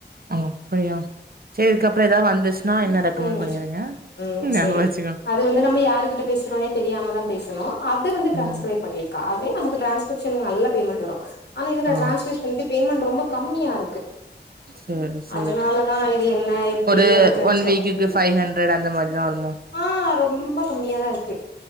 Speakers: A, on the right; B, on the left.
A: அ அப்டியா செரி இதுக்கு அப்றோ ஏதாவது வந்துச்சுன்னா என்ன ரெக்கமெண்ட்
B: ம்
A: பண்ணிருங்க
B: ம்
A: ஞாபகோ
B: செரி
A: வச்சுக்கோ
B: அது வந்து நம்ம யாருகிட்ட பேசுறோனே தெரியாம தா பேசுனோ அத வந்து டிரான்ஸ்கிரய்
A: ம்
B: பண்ணிருக்கா அத நமக்கு டிரான்ஸ்கிரிப்ஷன்க்கு நல்ல பேமெண்ட் வரும் ஆனா இதுல
A: ஆ
B: டிரான்ஸ்கிரிப்ஷனுக்கு பேமென்ட் ரொம்ப கம்மியா இருக்கு
A: <inaudible> செரி செரி
B: அதனாலதா இது என்ன எப்டி
A: ஒரு
B: எனக்கு அது
A: ஒன்
B: சொல்ல
A: வீக்குக்கு
B: தெரியல
A: ஃபைவ் ஹன்ட்ரட் அந்த மாரி தா வருமோ
B: ஆ ரொம்ப கம்மியாதா இருக்கு